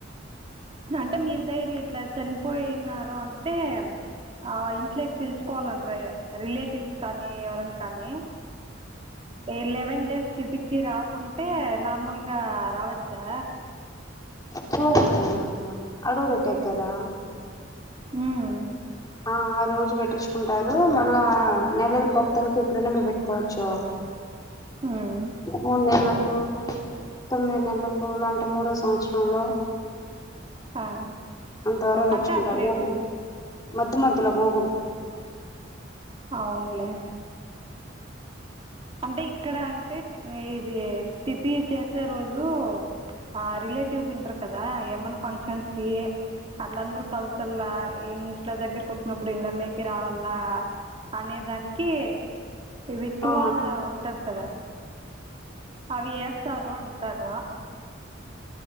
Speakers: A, on the right (about 30°); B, on the left (about 20°).
A: అంటే మీ సైడ్ ఇట్ల చనిపోయినారు అంటే ఆ ఇంట్లోకి పిలుచుకోవాలంటరు ఇయ రిలేటివ్స్ కానీ, ఎవరన్న కానీ. ఏ లెవెన్ డేస్ స్థితికి రాకుంటే నార్మల్గా రావచ్చా?
B: పోకూడదేమో అట్లా అడుగు పెట్టెకి కదా.
A: ఉమ్
B: ఆ ఆ రోజు పెట్టించుకుంటారు, మళ్ళా నెలల పక్తలకు ఎప్పుడన్నా మీరు పెట్టుకోవచ్చు.
A: ఉమ్
B: మూన్నేళ్లక్ కు తొమ్మిది నెలలకు, లే అంటే మూడో సంవత్సరంలో
A: ఆ
B: అంతవరకు పెచ్చుకుంటారు,
A: అంటే అప్పుడు ఎట్లా
B: మన్ మధ్య మధ్యలో పోకూడదు.
A: అవున్లే అంటే ఇక్కడ అంటే ఇది తిథి చేసే రోజు ఆ రిలేట్ టీవ్స్ ఉంటరు కదా, ఏమన్నా ఫంక్షన్స్ కి అట్లందరు కలిసెల్లా ఇంట్ల దగ్గరకు వచ్చినప్పుడు ఇంద లేకి రావల్లా అనేదానికి విట్వా
B: ఆ
A: లా ఉంటరు కదా, అవి ఏస్తారు అంటారు